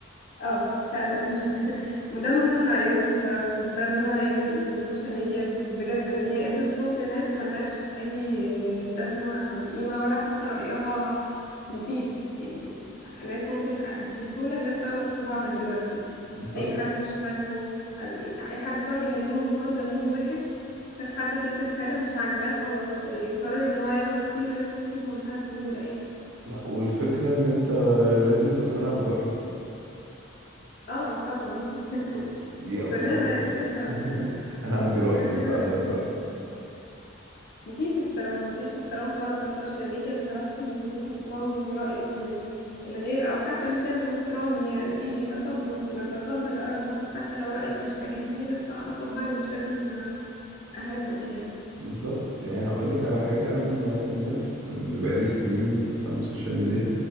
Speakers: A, on the left; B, on the right.
A: اه فعلا <laughs> وده من ضمن عيوبه بصراحة ده من ضمن عيوب السوشيال ميديا بجد ان هي ادت صوت لناس ملهاش اي لازمة او قيمة ولا حتى رأيها مفيد يعني ناس ممكن بسهولة الناس تغلط في بعض دلوقتي
B: بالظبط
A: اي حد مش عاجبه اي حد صاحي من النوم النهاردة موده وحش شاف حد كاتب حاجة مش عاجباه خلاص يقرر ان هو يغلط فيه ويغلط فيه بمنتهى السهولة يعني
B: لا والفكرة ان انت لازم تقتنع برأيي
A: اه طبعا <laughs>
B: طب ليه اقتنع
A: كلها
B: برأيك
A: بقت بتفهم
B: <laughs> انا عندي رأي
A: كلها
B: وانت عندك
A: بقت بتنظر
B: رأي
A: مفيش احترام مفيش احترام خالص على السوشيال ميديا بصراحة مفيش احترام لرأي ال- الغير أو حتى مش لازم احترام يا سيدي تقبل نتقبل آراء بعض حتى لو رأيك مش عاجبني بس أتقبله مش لازم أهاجمك يعني
B: بالظبط يعني هقولك على حاجة انا من نوعية الناس اللي بقالي سنين بستعمل سوشيال ميديا